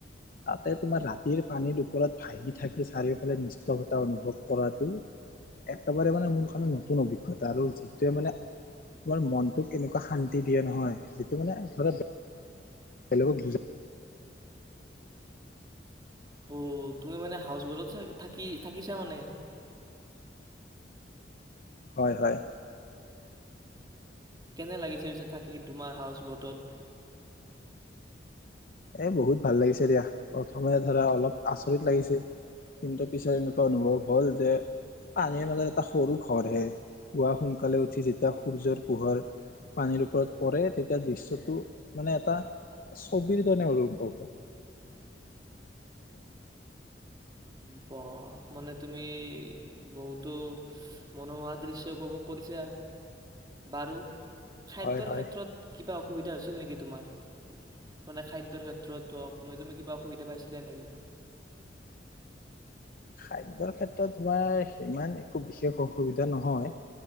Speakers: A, on the left (about 50°); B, on the right (about 25°).
A: তাতে তোমাৰ ৰাতিৰ পানীৰ ওপৰত ভাহি থাকি চাৰিওফালে নিষ্ঠভটা অনুভৱ কৰাটো একেবাৰে মানে মোৰ কাৰণে নতুন অভিজ্ঞতা আৰু যিটোৱে মানে তোমাৰ মনটোক এনেকুৱা শান্তি দিয়ে নহয় যিটো মানে ধৰা <unintelligible> বেলেগক বু
B: অ তুমি মানে হাউচ বটত থাকি থাকিছা মানে।
A: হয় হয়।
B: কেনে লাগিছে পিছে থাকি তোমাৰ হাউচ বটত।
A: এ বহুত ভাল লাগিছে দিয়া, প্ৰথমে ধৰা অলপ আচৰিত লাগিছিল। কিন্তু পিছে এনেকুৱা অনুভৱ হল যে পানীৰ মাজত এটা সৰু ঘৰহে পুৱা সোনকালে উঠি যেতিয়া সূৰ্যৰ পোহৰ পানীৰ ওপৰত পৰে, তেতিয়া দৃশ্যটো মানে এটা চ <unintelligible>
B: বা, মানে তুমি বহুতো মনোমোহা দৃশ্য উপভোগ কৰিছা, বাৰু খাদ্যৰ
A: হয় হয়
B: ক্ষেত্ৰত কিবা অসুবিধা হৈছিল নেকি তোমাৰ? মানে খাদ্যৰ ক্ষেত্ৰত হওক ম তুমি কিবা অসুবিধা পাইছিলা নেকি?
A: খাদ্যৰ ক্ষেত্ৰত তোমাৰ সিমান একো বিশেষ অসুবিধা নহয়